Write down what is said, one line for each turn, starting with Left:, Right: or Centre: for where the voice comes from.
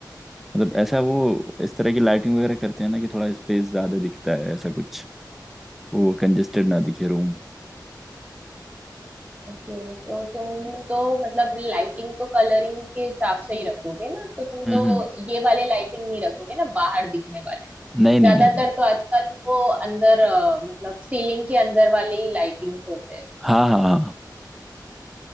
Centre: मतलब ऐसा वो इस तरह की लाइटिंग वगैरह करते हैं ना कि थोड़ा स्पेस ज्यादा दिखता है ऐसा कुछ वो कंजेस्टेड ना दिखे रूम
Right: ओके तो तुम तो मतलब लाइटिंग तो कलरिंग के हिसाब से ही रखोगे ना तो तुम
Centre: हम्म
Right: तो
Centre: हम्म
Right: ये वाले लाइटिंग नहीं रखोगे ना बाहर दिखने वाले
Centre: नहीं नहीं
Right: ज्यादातर
Centre: नहीं नहीं
Right: तो आजकल वो अंदर अ, मतलब सीलिंग के अंदर वाले ही लाइटिंग्स होते हैं
Centre: हाँ हाँ हाँ